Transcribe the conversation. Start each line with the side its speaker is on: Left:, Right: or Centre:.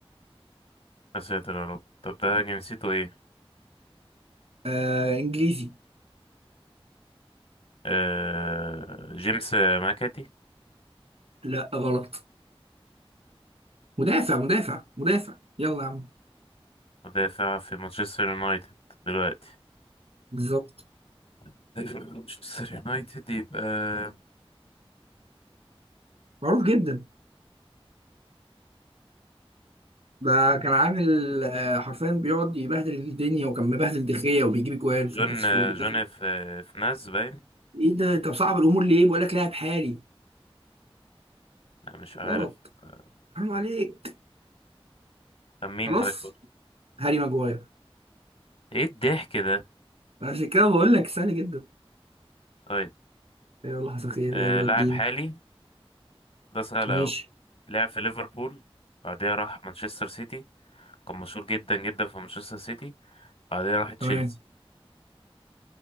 Left: يا ساتر يا رب طب ده جنسيته ايه؟
Right: آه انجليزي
Left: آه... جيمس ماكاتي
Right: لا غلط مدافع مدافع مدافع يلا يا عم
Left: مدافع في مانشستر يونايتد دلوقتي
Right: بالظبط
Left: <laughs> مدافع في مانشستر يونايتد يبقى
Right: معروف جدا ده كان عامل آه، حرفيا بيقعد يبهدل الدنيا وكان مبهدل دخية وبيجيب جوان في
Left: جون
Right: نفسه وبيدافع
Left: جون في في ناز باين
Right: ايه ده انت مصعب الامور ليه بقول لك لاعب حالي
Left: لا، مش عارف
Right: غلط
Left: آه،
Right: حرام عليك
Left: طب مين
Right: خلاص
Left: طيب قول.
Right: هاري ماجواير
Left: ايه الضحك ده
Right: عشان كده بقول لك سهل جدا
Left: طيب
Right: يلا حصل خير
Left: آه...
Right: يلا
Left: لاعب
Right: الدين
Left: حالي ده سهل
Right: ماشي
Left: أوي لعب في ليفربول بعدها راح مانشستر سيتي كان مشهور جدا جدا في مانشستر سيتي بعدها راح تشيلسي
Right: تمام